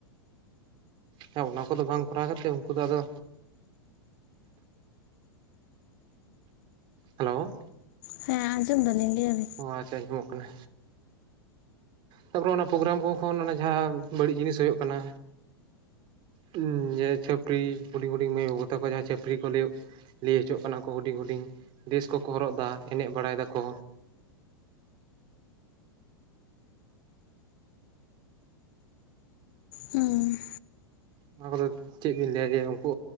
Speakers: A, on the right; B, on the left.
A: ᱦᱮᱸ ᱚᱱᱟ ᱠᱚᱫᱚ ᱵᱟᱝ ᱠᱚᱨᱟᱣ ᱠᱟᱛᱮᱜ ᱩᱱᱠᱩ ᱫᱚ ᱟᱫᱚ ᱦᱮᱞᱳ᱾
B: ᱦᱮᱸ ᱟᱸᱡᱚᱢ ᱫᱟᱞᱤᱧ ᱞᱟᱹᱭᱟ
A: ᱚ ᱟᱪᱪᱷᱟ ᱟᱸᱡᱚᱢᱚᱜ ᱠᱟᱱᱟ᱾ ᱛᱟᱨᱯᱚᱨᱮ ᱚᱱᱟ ᱯᱨᱳᱜᱨᱟᱢ ᱠᱚ ᱠᱷᱚᱱ ᱚᱱᱟ ᱡᱟᱦᱟᱸ ᱵᱟᱹᱲᱤᱡ ᱡᱤᱱᱤᱥ ᱦᱩᱭᱩᱜ ᱠᱟᱱᱟ, ᱦᱩᱸ ᱡᱮ ᱪᱟᱹᱯᱟᱹᱨᱤ ᱦᱩᱰᱤᱧ ᱦᱩᱰᱤᱧ ᱢᱟᱹᱭ ᱵᱟᱹᱵᱩ ᱛᱟᱠᱚ ᱡᱟᱦᱟᱸᱭ ᱪᱷᱟᱹᱯᱟᱹᱨᱤ ᱠᱚ ᱞᱟᱹᱭᱚᱜ ᱞᱟᱹᱭ ᱦᱚᱪᱚᱜ ᱠᱟᱱᱟ ᱠᱚ ᱦᱩᱰᱤᱧ ᱦᱩᱰᱤᱧ ᱰᱮᱥ ᱠᱚᱠᱚ ᱦᱚᱨᱚᱜ ᱮᱫᱟ ᱮᱱᱮᱡ ᱵᱟᱲᱟᱭ ᱫᱟᱠᱚ,
B: ᱦᱩᱸ᱾
A: ᱚᱱᱟ ᱠᱚᱫᱚ ᱪᱮᱫ ᱵᱤᱱ ᱞᱟᱹᱭᱟ ᱡᱮ ᱩᱱᱠᱩ